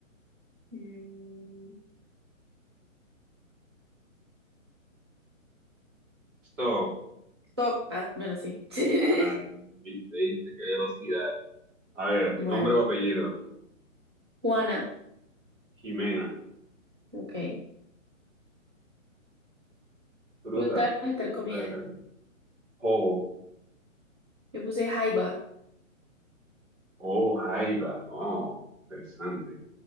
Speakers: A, on the right (about 20°); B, on the right (about 65°).
A: mm,
B: Stop.
A: Stop. Ah, bueno, sí. <laughs>
B: Ay, viste, viste, qué velocidad. A ver,
A: Bueno,
B: nombre o apellido.
A: Juana,
B: Jimena.
A: ok.
B: Fruta.
A: Fruta, vegetal,
B: Fruta
A: comida.
B: de tal. Oh,
A: Yo puse jaiba.
B: oh, jaiba. Oh, interesante.